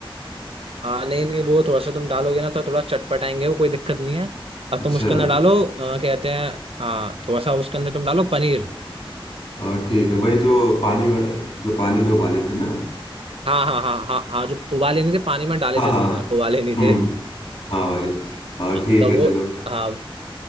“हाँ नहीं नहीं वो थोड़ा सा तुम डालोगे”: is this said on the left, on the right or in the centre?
Right